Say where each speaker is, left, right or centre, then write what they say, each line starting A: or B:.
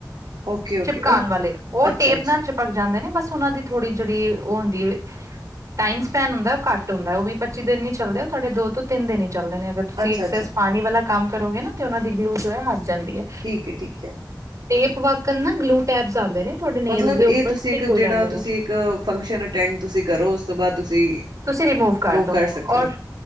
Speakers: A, on the right; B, on the right.
A: ਓਕੇ-ਓਕੇ
B: ਚਿਪਕਾਪ ਵਾਲੇ ਓ
A: ਅੱਛਾ-ਅੱਛਾ,
B: ਟੇਪ ਨਾ ਚਿਪ ਭਗ ਜਾਂਦੇ ਨੇ ਬਸ ਉਨਾਂ ਦੀ ਥੋੜੀ ਜਿੜੀ ਓ ਹੁੰਦੀ ਏ ਟਾਈਮ ਸਪੈਨ ਹੁੰਦਾ ਓ ਕੱਟ ਹੁੰਦਾ ਵੀ-ਪੱਚੀ ਦਿਨ ਨੀ ਚੱਲਦੇ ਓ ਤੁਆਡੇ ਦੋ ਤੋਂ ਤਿੰਨ ਈ ਚੱਲਦੇ ਨੇ ਅਗਰ ਤੁਸੀਂ
A: ਅੱਛਾ-ਅੱਛਾ
B: ਇੱਕ ਸਸ ਪਾਨੀ ਵਾਲਾ ਕੰਮ ਕਰੋਗੇ ਨਾ ਤੇ ਓਨਾਂ ਦੀ ਗਲੂ ਜੋ ਏ ਓ ਹਟ ਜਾਂਦੀ ਐ।
A: ਠੀਕ ਐ-ਠੀਕ ਐ।
B: ਟੇਪ ਵਾਕਣ ਨਾ ਗਲੂ ਟੈਪਸ ਆਂਦੇ ਨੇ ਤੁਆਡੇ ਨੇਲ
A: ਮਤਲਬ
B: ਦੇ
A: ਇਹ
B: ਉੱਪਰ
A: ਤੁਸੀਂ
B: ਸਟਿੱਕ
A: ਇੱਕ ਜਿਹੜਾ
B: ਹੋ ਜਾਂਦੇ ਨੇ।
A: ਤੁਸੀਂ ਇੱਕ ਫੰਕਸ਼ਨ ਅਟੈਂਡ ਤੁਸੀਂ ਕਰੋ ਉਸ ਤੋਂ ਬਾਦ ਤੁਸੀਂ
B: ਤੁਸੀਂ ਰਿਮੂਵ ਕਰਦੋ
A: ਕਰ ਸਕਦੇ
B: ਔਰ
A: ਹੋ